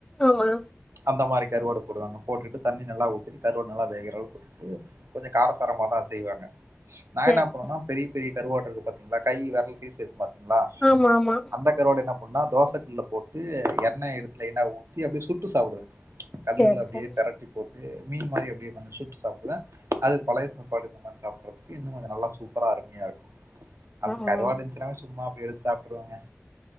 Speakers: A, on the left; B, on the right.
A: ஆமா
B: அந்த மாரி கருவடு போடு வாங்க போட்டு தண்ணி நல்லா ஊத்திட்டு கருவடு நல்ல வேகரா அளவுக்கு <unintelligible> கொஞ்சோ காரசாரமாதா செய்வாங்க நா
A: சேரி
B: என்ன பண்ணனுவேனா
A: சேரி
B: பெரிய பெரிய கருவாட்டு இருக்கு பாத்த்த்தீங்களா கை விரல் சேச இருக்கு பாத்தீங்களா
A: ஆமா ஆமா
B: அந்த கருவோட என்ன பண்ணா தோச கல்லல போட்டு எண்ணெய் எடுத்துல எண்ண ஊத்தி அப்டியே சுட்டு சாப்படுவே கல்லுல
A: சேர்
B: அப்டியே
A: சேர்
B: பெரட்டி போட்டு மீன் மாரி அப்டியே சுட்டு சாப்பிடுவே அது பழய சாப்பாடு இந்த மாரி சாப்படறதுக்கு இன்னு கொஞ்சோ நல்லா சூப்பரா அருமையா இருக்கு அது
A: ஆ
B: கருவாடு
A: ஆ
B: இருஞ்சினாலே சும்மா அப்டியே எடுத்து சாப்பிடுருவேங்க